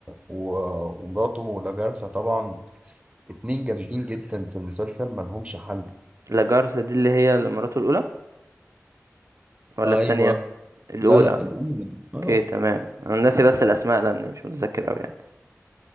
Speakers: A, on the right; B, on the right.
A: و... ومراته لاجارثا طبعا اتنين جامدين جدا في المسلسل ملهمش حل
B: لاجارثا دي اللي هي اللي مراته الاولى ولا
A: ايوه
B: التانية الاولى
A: لا لا الأولى ايوه
B: اوكي تمام انا ناسي بس الاسماء لاني مش متذكر قوي يعني